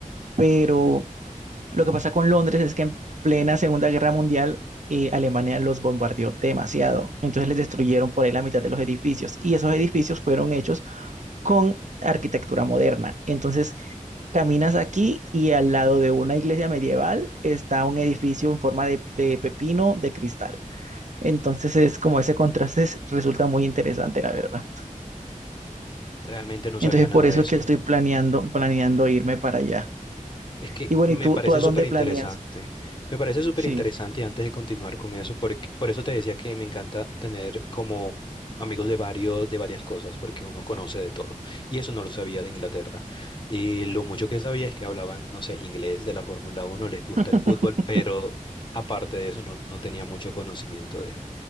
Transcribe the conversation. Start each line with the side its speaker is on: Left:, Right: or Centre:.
Right: pero lo que pasa con Londres es que en plena Segunda Guerra Mundial eh, Alemania los bombardeó demasiado. Entonces les destruyeron por ahí la mitad de los edificios y esos edificios fueron hechos con arquitectura moderna. Entonces caminas aquí y al lado de una iglesia medieval está un edificio en forma de, de pepino de cristal. Entonces es como ese contraste es- resulta muy interesante, la verdad.
Left: Realmente no
Right: Entonces
Left: sabía nada
Right: por eso
Left: de eso.
Right: es que estoy planeando, planeando irme para allá.
Left: Es que
Right: Y bueno,
Left: me
Right: ¿y tú,
Left: parece
Right: tú a
Left: súper
Right: dónde
Left: interesante.
Right: planeas?
Left: Me parece súper
Right: Sí.
Left: interesante y antes de continuar con eso, porque, por eso te decía que me encanta tener como amigos de varios, de varias cosas, porque uno conoce de todo. Y eso no lo sabía de Inglaterra. Y lo mucho que sabía es que hablaban, no sé, inglés de la Fórmula Uno les gusta
Right: <laughs>
Left: el fútbol, pero aparte de eso no, no tenía mucho conocimiento de eso.